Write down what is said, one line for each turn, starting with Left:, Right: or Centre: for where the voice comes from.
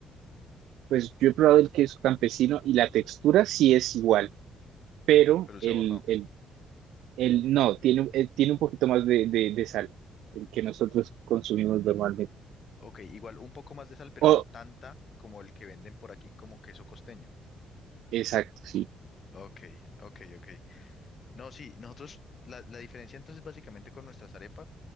Right: Pues yo he probado el queso campesino y la textura sí es igual, pero
Left: pero el
Right: el,
Left: sabor no.
Right: el, el no, tiene, un- eh, tiene un poquito más de, de, de sal, el que nosotros consumimos normalmente.
Left: Ok, igual un poco más de sal, pero
Right: Oh,
Left: no tanta como el que venden por aquí como queso costeño.
Right: exacto, sí.
Left: Ok, ok, ok. No, sí, nosotros, la, la diferencia entonces básicamente con nuestras arepas